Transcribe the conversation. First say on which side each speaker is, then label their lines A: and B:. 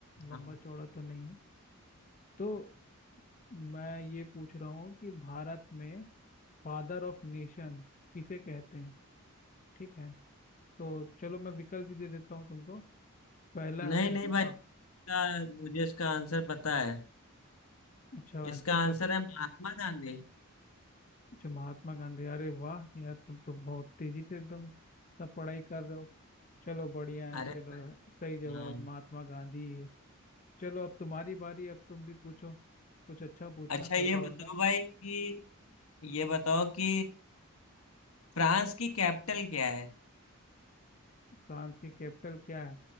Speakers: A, on the left; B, on the left.
A: लंबा
B: हाँ
A: चौड़ा तो नहीं है तो मैं ये पूछ रहा हूँ कि भारत में फादर ऑफ नेशन किसे कहते हैं ठीक है तो चलो मैं विकल्प भी दे देता हूँ तुमको पहला
B: नहीं
A: है
B: नहीं
A: जवाहर
B: भाई इसका मुझे इसका आंसर पता है
A: अच्छा आंसर
B: इसका आंसर
A: पता
B: है महात्मा गांधी
A: अच्छा महात्मा गांधी अरे वाह यार तुम तो बहुत तेजी से एकदम सब पढ़ाई कर रहे हो चलो बढ़िया है
B: अरे
A: चलो सही जवाब
B: हाँ
A: महात्मा गांधी है चलो अब तुम्हारी बारी अब तुम भी पूछो कुछ अच्छा पूछना
B: अच्छा ये
A: तगड़ा
B: बताओ
A: वाला
B: भाई कि ये बताओ कि फ्रांस की कैपिटल क्या है
A: फ्रांस की कैपिटल क्या है